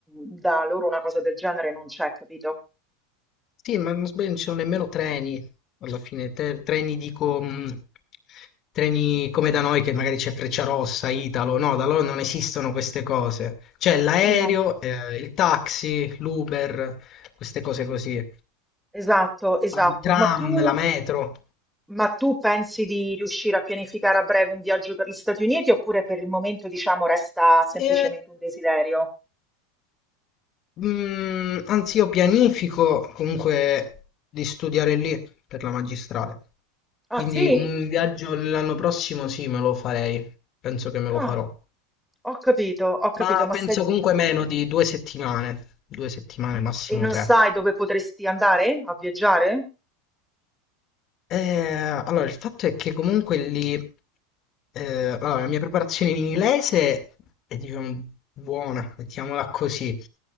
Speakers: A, in the centre; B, on the left.
A: da loro una cosa del genere non c'è, capito?
B: Sì, ma non sbaglio, non ci sono nemmeno treni, alla fine, te- treni dico, mh, treni come da noi che magari c'è Frecciarossa, Italo, no, da loro non esistono queste cose. C'è l'aereo,
A: Sì, no.
B: eh, il taxi, l'Uber, queste cose così.
A: Esatto, esatto.
B: Ma il tram,
A: Ma tu,
B: la metro.
A: ma tu pensi di riuscire a pianificare a breve un viaggio per gli Stati Uniti oppure per il momento, diciamo, resta semplicemente
B: E,
A: un desiderio?
B: mm, anzi, io pianifico comunque di studiare lì per la magistrale.
A: Ah,
B: Quindi
A: sì?
B: un viaggio l'anno prossimo sì, me lo farei. Penso che me lo farò.
A: Ah, ho capito, ho capito,
B: Ma
A: ma
B: penso
A: se...
B: comunque meno di due settimane. Due settimane, massimo
A: e non
B: tre.
A: sai dove potresti andare a viaggiare?
B: Eh, allora, il fatto è che comunque lì, eh, allora, la mia preparazione in inglese è, diciamo, buona, mettiamola così.